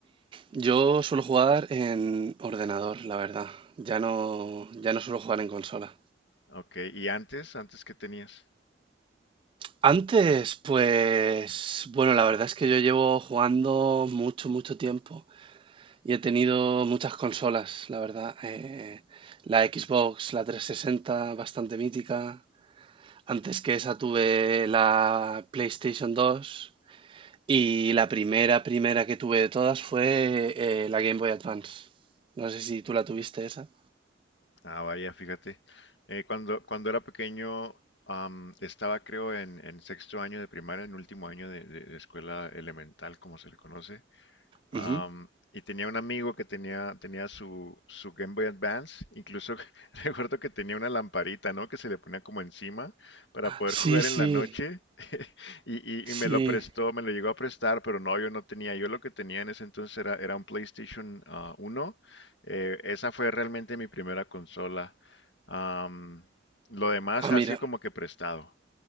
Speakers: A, on the right; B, on the left.
A: yo suelo jugar en ordenador, la verdad. Ya no, ya no suelo jugar en consola.
B: Ok, ¿y antes? ¿Antes qué tenías?
A: Antes, pues, bueno, la verdad es que yo llevo jugando mucho, mucho tiempo y he tenido muchas consolas, la verdad. Eh, la Xbox, la 360, bastante mítica. Antes que esa tuve la PlayStation 2. Y la primera, primera que tuve de todas fue eh, la Game Boy Advance. No sé si tú la tuviste esa.
B: Ah, vaya, fíjate. Eh, cuando, cuando era pequeño, am, estaba creo en, en sexto año de primaria, en último año de de- de escuela elemental, como se le conoce. Am,
A: Ujú.
B: y tenía un amigo que tenía, tenía su, su Game Boy Advance, incluso <laughs> recuerdo que tenía una lamparita, ¿no? Que se le ponía como encima para poder
A: Sí,
B: jugar
A: sí,
B: en la noche. <laughs> Y, y-
A: sí.
B: y me lo prestó, me lo llegó a prestar, pero no, yo no tenía. Yo lo que tenía en ese entonces era, era un PlayStation ah, 1. Eh, esa fue realmente mi primera consola. Am, lo demás
A: Ah,
B: ha
A: mira,
B: sido como que prestado.